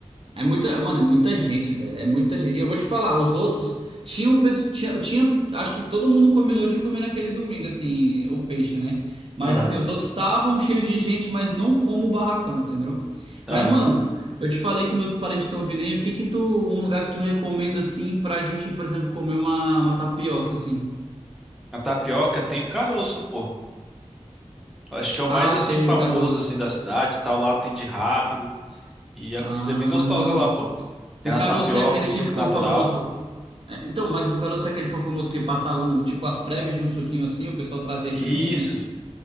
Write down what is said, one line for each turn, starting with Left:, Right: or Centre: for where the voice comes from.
Right: É muita, mano, é muita gente, velho. É muita gente. E eu vou te falar, os outros tinham, pes- tinha, tinha, acho que todo mundo combinou de comer naquele domingo, assim, o peixe, né? Mas
Centre: Aham,
Right: assim, os outros estavam cheios de gente, mas não como o barracão, entendeu?
Centre: aham.
Right: Mas, mano, eu te falei que meus parentes estão vindo aí. O que que tu, um lugar que tu recomenda, assim, pra gente, por exemplo, comer uma, uma tapioca, assim?
Centre: A tapioca tem o caroço, pô. Eu acho que é o
Right: Ah,
Centre: mais
Right: eu
Centre: assim
Right: sei,
Centre: famoso
Right: o caroço.
Centre: assim da cidade, e tal, lá atende rápido e
Right: Ah,
Centre: a comida é bem gostosa lá, pô. Tem
Right: o
Centre: umas
Right: caroço
Centre: tapioca
Right: é aquele
Centre: em
Right: que
Centre: suco
Right: ficou
Centre: natural.
Right: famoso. É, então, mas o Caroço é aquele foi famoso que passavam, tipo, as prévias de um suquinho assim, o pessoal trazia
Centre: E
Right: tipo uns.
Centre: Isso.